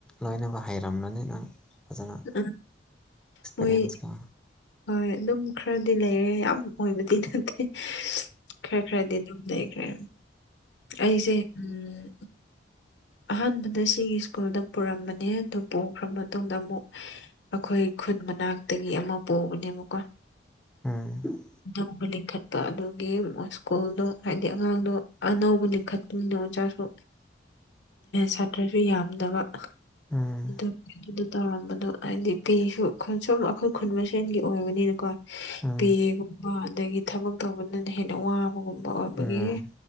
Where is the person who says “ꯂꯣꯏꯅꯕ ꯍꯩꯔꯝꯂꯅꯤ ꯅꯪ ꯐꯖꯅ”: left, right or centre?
Centre